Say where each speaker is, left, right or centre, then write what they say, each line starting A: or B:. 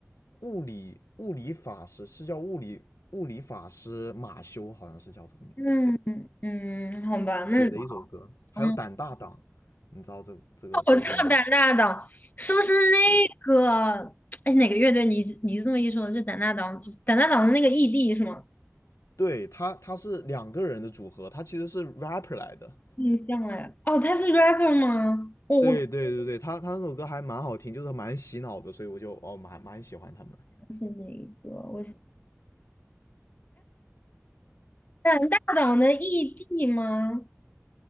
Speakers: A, on the left (about 85°); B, on the left (about 35°).
A: 物理物理法师是叫物理物理法师马修，好像是叫这个名字
B: <laughs> 嗯嗯，好吧，那
A: 写的一首歌，
B: 嗯。
A: 还有胆大党，你知道这这个这个动漫吗？
B: 我超胆大党，是不是那个？
A: 对，
B: 哎，哪个乐队？你你这么一说，就胆大党，胆大党的那个 ED 是吗？
A: 对，他他是两个人的组合，他其实是 rapper 来的。
B: 印象哎，哦，他是 rapper 吗？我我
A: 对对对对，他他那首歌还蛮好听，就是蛮洗脑的，所以我就哦蛮蛮喜欢他们。
B: 是哪一个？我想胆大党的 ED 吗